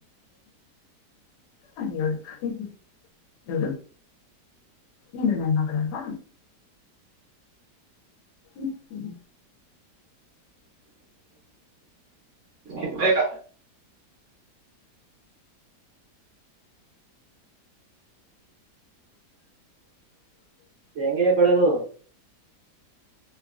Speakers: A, on the left (about 80°); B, on the right (about 55°).
A: ಅಯೋ ಹ್ಮ ನೀನು ನ ಮಗಳಲ್ವಾ ಹ್ಮ್ ಹ್ಮ
B: ಇಬೇಕಾ ಹೆಂಗಗೆ ಕೊಡದು